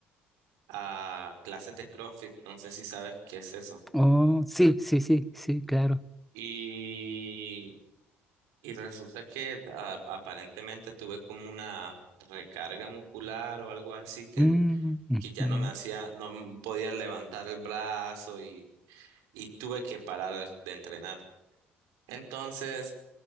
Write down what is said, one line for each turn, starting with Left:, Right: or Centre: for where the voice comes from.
Right: a clases de CrossFit, no sé si sabes qué es eso.
Centre: Oh, sí, sí, sí, sí, claro.
Right: Y, y resulta que a- aparentemente tuve como una recarga muscular o algo así que,
Centre: Mm, ujú,
Right: que ya no me hacía, no m- podía levantar el brazo y, y tuve que parar de entrenar. Entonces,